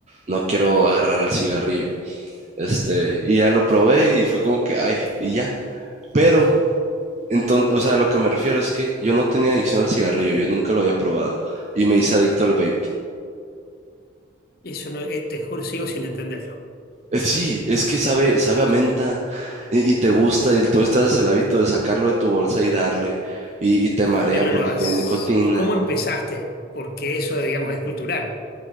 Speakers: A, on the right; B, on the left.
A: no quiero agarrar el cigarrillo. Este, y ya lo probé y fue como que, ay, y ya. Pero, entonces, o sea, lo que me refiero es que yo no tenía adicción al cigarrillo, yo nunca lo había probado. Y me hice adicto al vape.
B: Eso no, eh, te juro, sigo sin entenderlo.
A: Eh, Sí, es que sabe, sabe a menta y, y te gusta y tú estás haces el hábito de sacarlo de tu bolsa y darle y, y te marea
B: Pero
A: porque
B: lo has...
A: tiene nicotina.
B: ¿Y cómo empezaste? Porque eso, digamos, es cultural.